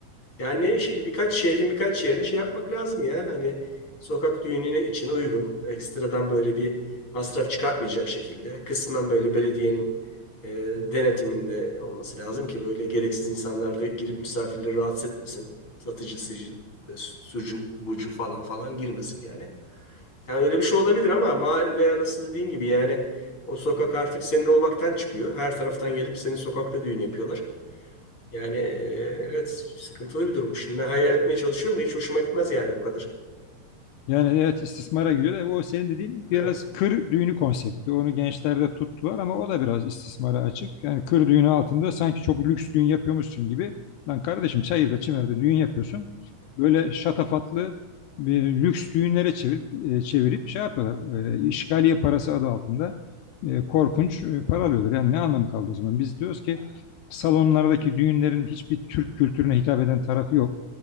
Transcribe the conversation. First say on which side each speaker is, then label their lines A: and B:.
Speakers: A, on the left; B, on the left.
A: Yani şey, birkaç şehrin birkaç yerine şey yapmak lazım ya. Hani sokak düğününe için uygun. Ekstradan böyle bir masraf çıkartmayacak şekilde. Kısmen böyle belediyenin e, denetiminde olması lazım ki böyle gereksiz insanlar da girip misafirleri rahatsız etmesin. Satıcı, sıcı, e, sucu, bucu falan falan girmesin yani. Yani öyle bir şey olabilir ama mahalle arası dediğin gibi yani o sokak artık senin olmaktan çıkıyor. Her taraftan gelip senin sokakta düğün yapıyorlar. Yani e, evet sıkıntılı bir durum Şimdi ben hayal etmeye çalışıyorum da hiç hoşuma gitmez yani bu kadar.
B: Yani evet istismara giriyor. E, O senin dediğin biraz
A: Evet.
B: kır düğünü konsepti. Onu gençlerde tuttular ama o da biraz istismara açık. Yani kır düğünü altında sanki çok lüks düğün yapıyormuşsun gibi. Lan kardeşim çayırda çimerde düğün yapıyorsun. Böyle şatafatlı bir lüks düğünlere çevir, e, çevirip şey yapıyorlar. E, işgaliye parası adı altında e, korkunç e, para alıyorlar. Yani ne anlamı kaldı o zaman? Biz diyoruz ki salonlardaki düğünlerin hiçbir Türk kültürüne hitap eden tarafı yok